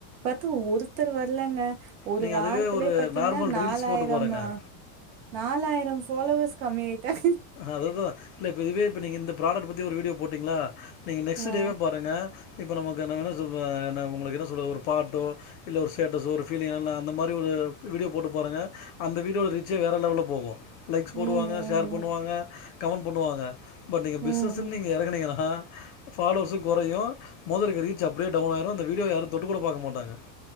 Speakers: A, on the right; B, on the left.
A: பாத்து ஒருத்தர் வர்லங்க ஒரு
B: நீங்க
A: வாரத்
B: அதுவே
A: த்துலயே
B: ஒரு
A: பாத்தீங்ன்னா
B: நார்மல்
A: நாலாயிரமா
B: ரீல்ஸ் போட்டு பாருங்க
A: நாலாயிரோ ஃபாலோவர்ஸ் கம்மி ஆயிட்டாங்
B: அதுதான் இல்ல இப்ப இதுவே இப்ப நீங்க இந்த ப்ராடக்ட் பத்தி ஒரு வீடியோ போட்டீங்களா நீங்க நெக்ஸ்ட்டு
A: ஆ
B: டேவே பாருங்க இப்ப நமக்கு என்ன வேணா சொல்வே உங்குளுக்கு என்ன சொல்ல ஒரு பாட்டோ இல்ல ஒரு ஸ்டேட்டஸோ ஒரு ஃபீலிங்கான அந்த மாரி ஒரு வீடியோ போட்டு பாருங்க அந்த வீடியோட ரீச்சே வேற லெவல்ல போகோ லைக்ஸ்
A: ம்
B: போடுவாங்க
A: ம்
B: ஷேர்
A: ம்
B: பண்ணுவாங்க கமெண்ட் பண்ணுவாங்க பட் நீங்க
A: ம்
B: பிஸ்னஸ்ன்னு நீங்க எறங்குனீங்கன்னா ஃபாலோவர்சு கொறையு மொதலக்கு ரீச் அப்டியே டவுன் ஆயிரோ அந்த வீடியோவ யாரு தொட்டுக் கூட பாக்க மாட்டாங்க